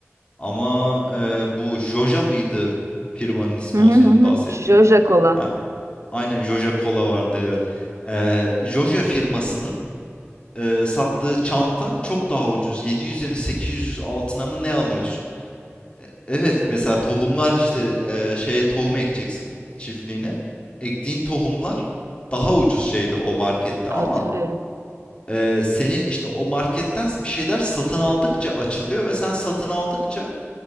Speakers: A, on the left; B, on the right.
A: Ama e, bu Joja mıydı firmanın ismi
B: Hı hı
A: o senin
B: hı. hı.
A: bahsettiğin?
B: Jojo Cola
A: Ha, aynen Joja Cola vardı evet. E, Joja firmasının e, sattığı çanta çok daha ucuz. 700'e mi 800 altına mı ne alıyorsun? E, Evet mesela tohumlar işte e, şeye tohum ekeceksin çiftliğine. Ektiğin tohumlar daha ucuz şeyde o markette
B: hatırlıyorum.
A: ama e, senin işte o marketten bir şeyler satın aldıkça açılıyor ve sen satın aldıkça